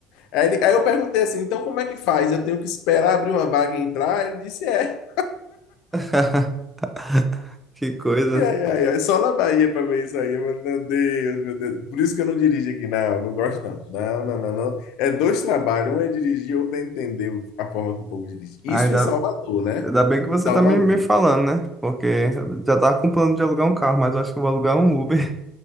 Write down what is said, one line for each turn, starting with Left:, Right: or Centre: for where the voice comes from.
Left: Aí, ele- aí eu perguntei assim: então como é que faz? Eu tenho que esperar abrir uma vaga e entrar? Ele disse: é.
Centre: <laughs> Que coisa.
Left: Ai, ai, ai, só na Bahia para ver isso aí. Mas, meu Deus, meu Deus. Por isso que eu não dirijo aqui. Não, não gosto não. Não, não, não, não. É dois trabalhos: um é dirigir, outro é entender a forma que o povo dirige. Isso
Centre: Ainda,
Left: em Salvador, né?
Centre: Ainda bem que você
Left: Salvador.
Centre: tá me, me falando, né? Porque eu já tava com plano de alugar um carro, mas eu acho que eu vou alugar um Uber.